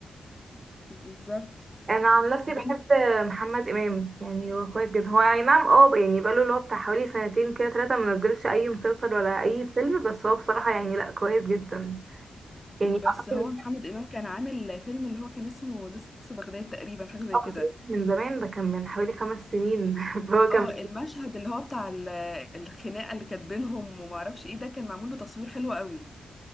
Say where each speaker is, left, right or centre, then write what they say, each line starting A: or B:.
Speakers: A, on the left; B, on the right.
A: بالظبط
B: انا عن نفسي
A: طب
B: بحب
A: انت-
B: محمد امام يعني هو كويس جدا هو اي نعم اه يعني بقاله اللي هو بتاع حوالي سنتين كده ثلاثه ما نزلش اي مسلسل ولا اي فيلم بس هو بصراحه يعني لا كويس جدا يعني
A: بس
B: اقصد
A: هو محمد إمام كان عامل فيلم اللي هو كان اسمه لص بغداد تقريبا حاجة زي
B: أقصد
A: كده
B: من زمان ده كان من حوالي خمس سنين <laughs> فهو كان
A: اه المشهد اللي هو بتاع ال- الخناقه اللي كانت بينهم وما اعرفش ايه ده كان معمول بتصوير حلو قوي